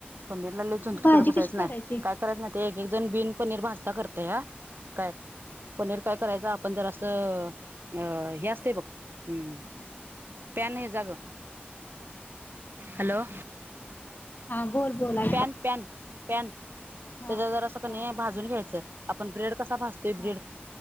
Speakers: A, on the right (about 60°); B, on the left (about 50°).
A: पनीरला लई चिंड
B: ती भाजी
A: करत बसायच
B: कशी करायची?
A: नाही काय काय करायच माहीत आहे का? एक एक जण बिन पनीर भाजता करतया. काय पनीर काय करायचं आप ‌पण जरास असं हे असते बघ हं त्या नाही येत. जा गं हॅलो.
B: हा बोल बोल एक
A: पॅन, पॅन, पॅन
B: हा
A: त्याच्या जरासं कनी
B: हा
A: नाही भाजून घ्यायच आपण ब्रेड कसं भाजतोय
B: हा
A: ब्रेड